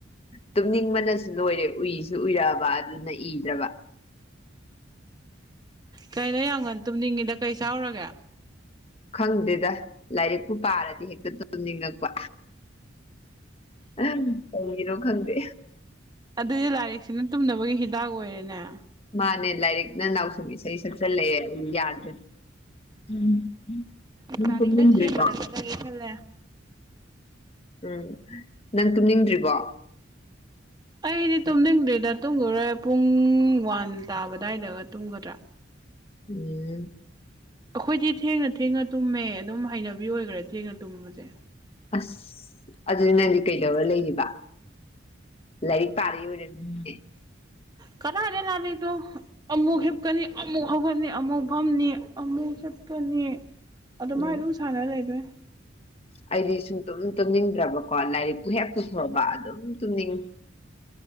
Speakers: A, on the left; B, on the right.
A: ꯇꯨꯝꯅꯤꯡꯕꯅꯁꯨ ꯂꯣꯏꯔꯦ ꯎꯏꯁꯨ ꯎꯏꯔꯛꯑꯕ ꯑꯗꯨꯅ ꯏꯗ꯭ꯔꯕ꯫
B: ꯀꯩꯅꯣ ꯌꯥꯝ ꯉꯟꯅ ꯇꯨꯝꯅꯤꯡꯉꯤꯗ ꯀꯩ ꯆꯥꯎꯔꯒꯦ
A: ꯈꯪꯗꯦꯗ ꯂꯥꯏꯔꯤꯛꯄꯨ ꯄꯥꯔꯗꯤ ꯍꯦꯛꯇ ꯇꯨꯝꯅꯤꯡꯉꯛꯄꯥ꯫ ꯑꯍꯝ ꯀꯔꯤꯒꯤꯅꯣ ꯈꯪꯗꯦ꯫
B: ꯑꯗꯨꯗꯤ ꯂꯥꯏꯔꯤꯛꯁꯤꯅ ꯇꯨꯝꯅꯕꯒꯤ ꯍꯤꯗꯥꯛ ꯑꯣꯏꯔꯦꯅꯦ
A: ꯃꯥꯅꯦ ꯂꯥꯏꯔꯤꯛ ꯅ ꯅꯥꯎꯁꯨꯝ ꯏꯁꯩ ꯁꯛꯆꯜꯂꯛꯑꯦ ꯑꯝ ꯌꯥꯗ꯭ꯔꯦ꯫ ꯎꯝ ꯎꯝ ꯅꯪ
B: ꯂꯥꯏꯔꯤꯛꯅ
A: ꯇꯨꯝꯅꯤꯡꯗꯔꯤꯕꯣ
B: ꯊꯦꯝꯕꯗ ꯆꯠꯂꯒꯦ ꯈꯜꯂꯦ
A: ꯎꯝ ꯅꯪ ꯇꯨꯝꯅꯤꯡꯗ꯭ꯔꯤꯕꯣ
B: ꯑꯩꯗꯤ ꯇꯨꯝꯅꯤꯡꯗ꯭ꯔꯤꯗ ꯇꯨꯝꯈꯤꯔꯣꯏ ꯄꯨꯡ ꯋꯥꯟ ꯇꯥꯕ ꯑꯗꯨꯋꯥꯏꯗꯒ ꯇꯨꯝꯒꯗ꯭ꯔꯥ
A: ꯎꯝ
B: ꯑꯈꯣꯏꯗꯤ ꯊꯦꯡꯅ ꯊꯦꯡꯅ ꯇꯨꯝꯃꯦ ꯑꯗꯨꯝ ꯍꯩꯅꯕꯤ ꯑꯣꯏꯈꯔꯦ ꯊꯦꯡꯅ ꯇꯨꯝꯕꯖꯦ꯫
A: ꯑꯁ ꯑꯗꯨꯅꯤ ꯅꯪꯗꯤ ꯀꯩꯗꯧꯔ ꯂꯩꯔꯤꯕ ꯂꯥꯏꯔꯤꯛ ꯄꯥꯔꯤ ꯑꯣꯏꯔꯝꯅꯤ꯫
B: ꯀꯔꯥꯏꯗꯒꯤ ꯂꯥꯏꯔꯤꯛꯅꯣ ꯑꯃꯨꯛ ꯍꯤꯞꯀꯅꯤ ꯑꯃꯨꯛ ꯍꯧꯒꯠꯅꯤ ꯑꯃꯨꯛ ꯐꯝꯅꯤ ꯑꯃꯨꯛ ꯍꯤꯞꯄꯅꯤ꯫ ꯑꯗꯨꯃꯥꯏ
A: ꯎꯝ
B: ꯑꯗꯨꯝ ꯁꯥꯟꯅꯔ ꯂꯩꯗꯣꯏꯅꯤ
A: ꯑꯩꯗꯤ ꯁꯨꯡꯇꯨꯝ ꯇꯨꯝꯅꯤꯡꯗ꯭ꯔꯕꯀꯣ ꯂꯥꯏꯔꯤꯛꯄꯨ ꯍꯦꯛ ꯄꯨꯊꯣꯛꯑꯕ ꯑꯗꯨꯝ ꯇꯨꯝꯅꯤꯡꯉꯤ